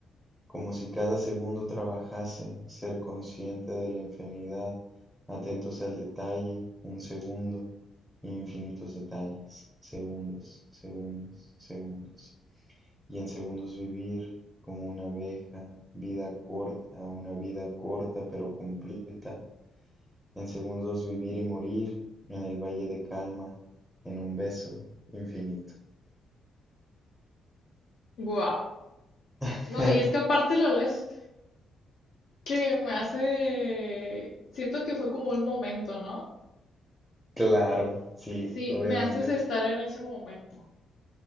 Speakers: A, in the centre; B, on the left.
A: como si cada segundo trabajase, ser consciente de la infinidad, atentos al detalle, un segundo, infinitos detalles, segundos, segundos, segundos y en segundos vivir como una abeja, vida corta, una vida corta pero completa, en segundos vivir y morir en el valle de calma, en un beso infinito.
B: Wow.
A: <laughs>
B: No, y es que aparte lo lees. que me hace, siento que fue como un momento, ¿no?
A: Claro, sí,
B: Sí,
A: obviamente.
B: me haces estar en ese momento.